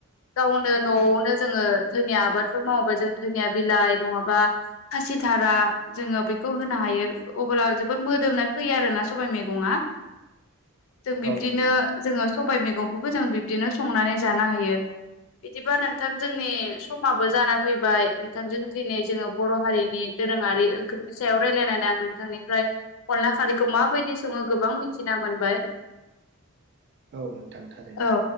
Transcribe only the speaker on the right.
औ नोंथां
औ नोंथां थारैनो